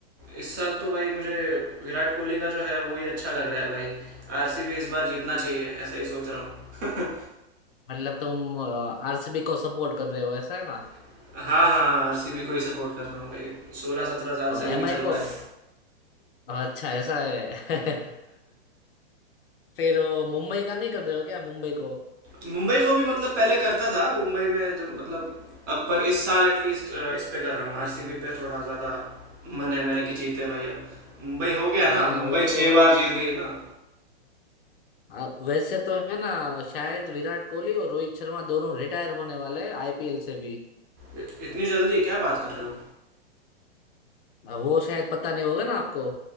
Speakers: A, on the right (about 20°); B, on the left (about 60°).
A: इस साल तो भाई मुझे विराट कोहली का जो है वो ही अच्छा लग रहा है भाई आरसीबी इस बार जीतना चाहिए ऐसा ही सोच रहा हूँ
B: मतलब तुम आरसीबी को सपोर्ट कर रहे हो ऐसा है ना
A: <laughs> हाँ हाँ आरसीबी को ही सपोर्ट कर रहा हूँ भाई सोलह सत्रह साल से वही
B: एमआई
A: चल रहा
B: को
A: है
B: अच्छा ऐसा है <laughs> फिर वो मुंबई का नहीं कर रहे हो क्या मुंबई को
A: मुंबई को भी मतलब पहले करता था मुंबई में जब मतलब अब पर इस साल एटलीस्ट इस पे कर रहा हूँ आरसीबी पे थोड़ा ज़्यादा मन है मेरा कि जीते भाई अब मुंबई हो गया
B: हाँ
A: ना मुंबई
B: वो तो
A: छह बार जीत गई है ना
B: आप वैसे तो है ना शायद विराट कोहली और रोहित शर्मा दोनों रिटायर होने वाले हैं आईपीएल से भी
A: इ- इतनी जल्दी क्या बात कर रहे हो
B: अ, वो शायद पता नहीं होगा ना आपको